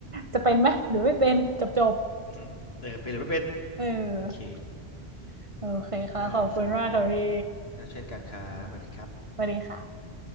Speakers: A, on the right; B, on the left.
A: จะเป็นไหมหรือไม่เป็นจบจบ
B: อืมเออเป็นหรือไม่เป็น <coughs> อืมโอเค
A: เออโอเคค่ะขอบคุณมากค่ะพี่
B: ได้ครับผม เช่นกันครับสวัสดีครับ
A: สวัสดีค่ะ